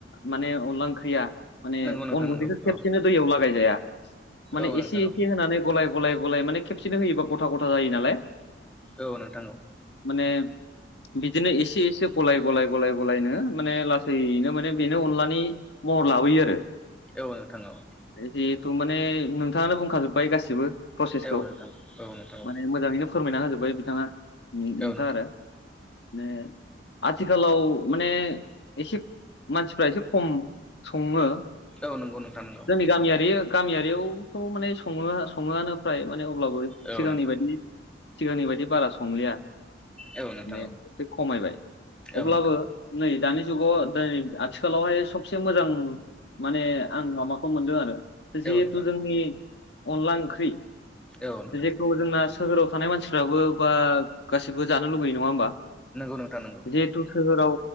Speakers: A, on the left; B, in the centre.
A: माने अनला ओंख्रिया माने
B: नंगौ नोंथां
A: अन गुन्दैखौ
B: नंगौ
A: खेबसेनो
B: औ
A: दैयाव लागाय जाया माने
B: औ नोंथां
A: एसे एसे
B: औ
A: होनानै गलाय- गलाय माने खेबसेनो होयोबा गथा गथा जायो नालाय
B: औ नोंथां औ
A: माने बिदिनो एसे एसे गलाय गलाय गलाय गलायनो माने लासैनो माने बेनो अनलानि महर लाबोयो आरो
B: औ नोंथां औ
A: जिहेथु माने नोंथाङानो बुंखाजोबबाय गासिबो प्रसेसखौ
B: औ नोंथां औ नोंथां
A: माने मोजाङैनो फोरमायना होजोब्बाय बिथाङा नों-नोंथाङा
B: औ नोंथां
A: आरो माने आथिखालाव माने एसे मानसिफ्रा एसे खम सङो
B: औ नंगौ नोंथा नंगौ।
A: जोंनि गामियारि गामियारियावथ' माने सङो सङोआनो फ्राय माने अब्लाबो
B: औ
A: सिगांनि
B: नोंथां
A: बायदि सिगांनि बायदि बारा संलिया।
B: औ नोंथां
A: माने एसे खमायबाय
B: औ
A: अब्लाबो
B: नोंथां
A: नै दानि जुगाव बे आथिखालावहाय सबसे मोजां माने आं माबाखौ मोनदों आरो जिहेथु
B: औ नोंथां
A: जोंनि अनला ओंख्रि
B: औ नोंथां
A: जेखौ जोंना सोहोराव थानाय मानसिफ्राबो बा गासिबो जानो लुबैयो, नङा होमबा?
B: नोंगौ नोंथां नोंगौ।
A: जिहेथु सोहोराव